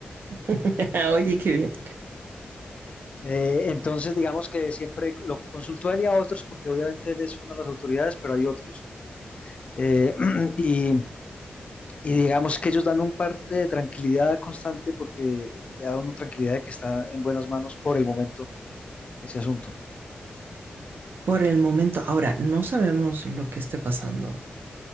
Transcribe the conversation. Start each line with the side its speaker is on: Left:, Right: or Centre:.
Right: <laughs> Oye, qué bien.
Left: Eh, entonces, digamos que siempre lo consultó él y a otros, porque obviamente él es una de las autoridades, pero hay otros. Eh, <clears throat> y, y, digamos que ellos dan un parte de tranquilidad constante porque le da una tranquilidad de que está en buenas manos por el momento ese asunto.
Right: Por el momento, ahora no sabemos lo que esté pasando